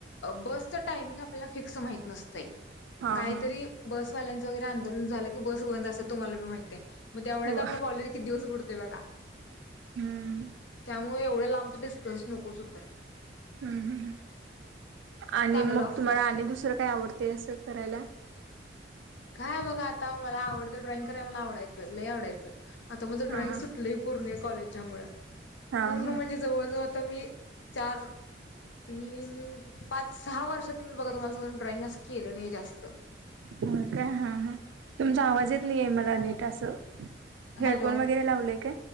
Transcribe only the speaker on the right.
हा
हा
हो
हम्म
हम्म आणि
मग
तुम्हाला आणि दुसरं काय आवडते असं करायला
हा हा
हा
हा
हो काय हा हा तुमचा आवाजच नाहीय मला नीट असं हेडफोन
वगैरे लावले